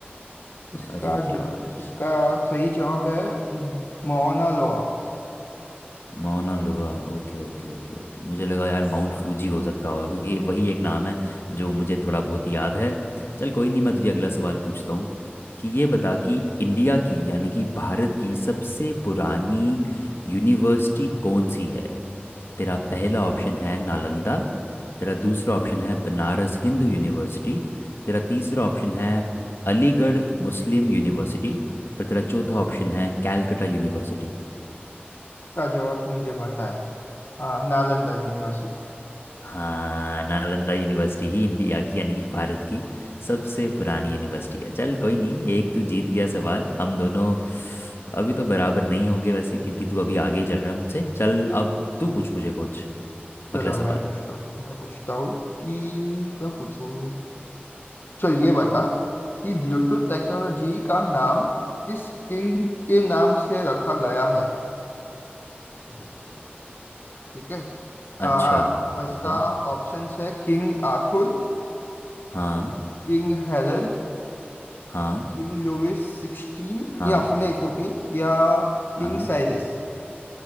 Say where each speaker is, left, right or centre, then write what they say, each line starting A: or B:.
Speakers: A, on the left; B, on the left.
A: इसका
B: अरे
A: ज,
B: यार
A: इसका सही जवाब है म- माउना लोआ
B: Mauna Loa Okay okay okay okay मुझे लगा यार माउंट
A: सर
B: फूजी हो सकता होगा क्योंकि वही एक नाम है जो मुझे थोड़ा बहुत याद है चल कोई नहीं मैं तुझे अगला सवाल पूछता हूँ कि ये बता कि इंडिया की यानी कि भारत की सबसे पुरानी यूनिवर्सिटी कौन सी है तेरा पहला ऑप्शन है नालंदा तेरा दूसरा ऑप्शन है बनारस हिंदू यूनिवर्सिटी तेरा तीसरा ऑप्शन है अलीगढ़ मुस्लिम यूनिवर्सिटी और तेरा चौथा ऑप्शन है कैलकटा यूनिवर्सिटी
A: का जवाब तो मुझे पता है हाँ नालंदा यूनिवर्सिटी
B: हाँ नालंदा यूनिवर्सिटी ही इंडिया की यानी कि भारत की सबसे पुरानी यूनिवर्सिटी है चल कोई नहीं एक तू जीत गया सवाल हम दोनों अभी तो बराबर नहीं होंगे वैसे क्योंकि तू अभी आगे ही चल रहा है मुझसे चल अब तू पूछ मुझे कुछ
A: चलो
B: अगला
A: मैं
B: सवाल
A: पूछता हूँ मैं पूछता हूँ कि क्या पूछूँ चल ये बता कि ब्लूटूथ टेक्नोलॉजी का नाम किस किंग के नाम से रखा गया है ठीक है आ,
B: अच्छा ठीक
A: इसका
B: है
A: ऑप्शंस है King Arthur
B: हाँ
A: King Harold
B: हाँ
A: King Louis sixteen
B: हाँ
A: या नहीं फोर्टीन या किंग
B: हाँ हाँ,
A: साइरस